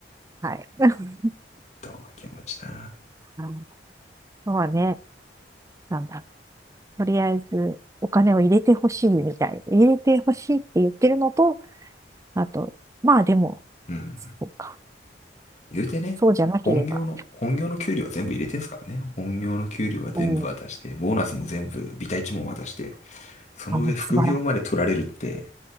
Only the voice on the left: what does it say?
どんな気持ちだ
うん。
言うてね、
本業の、本業の給料は全部入れてんすからね。本業の給料は全部渡して、
ボーナスも全部、ビタ一文渡して、その上副業まで取られるって、